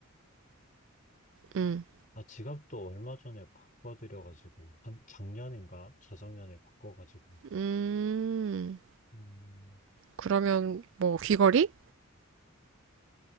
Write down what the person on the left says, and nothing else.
아, 지갑도 얼마 전에 바꿔드려가지고, 한 작년인가? 저작년에 바꿔가지고,
음,